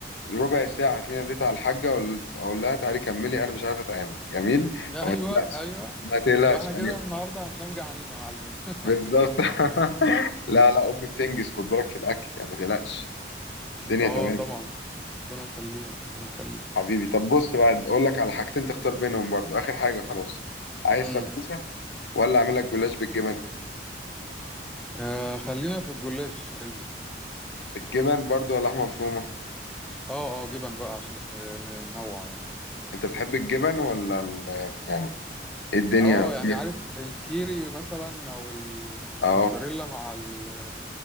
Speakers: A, on the left (about 80°); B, in the centre.
A: ربع ساعه هتلاقيني ناديت على الحاجه وال- اقول لها تعالي كملي انا مش عارف اتعامل جميل
B: <laughs> ايوه
A: فما تقلقش
B: ايوه
A: ما تقلقش
B: يبقى احنا كده
A: يعني
B: النهارده هننام جعانين يا معلم <laughs>
A: بالظبط <laughs> لا لا امي بتنجز خد بالك في الاكل يعني ما تقلقش الدنيا
B: اه
A: تمام
B: طبعا ربنا يخليها ربنا يخليها
A: حبيبي طب بص بقى اقول لك على حاجتين تختار بينهم برضو اخر حاجه خلاص عايز
B: امم
A: سموسه ولا اعمل لك جلاش بالجبن
B: آه خلينا في الجلاش حلو
A: بالجبن برضو ولا لحمه مفرومه
B: اه اه جبن بقى عشان ن- ننوع يعني
A: انت بتحب الجبن ولا ال... يعني الدنيا
B: اه يعني
A: فيها
B: عارف الكيري مثلا او الموتزاريلا
A: اهو
B: مع ال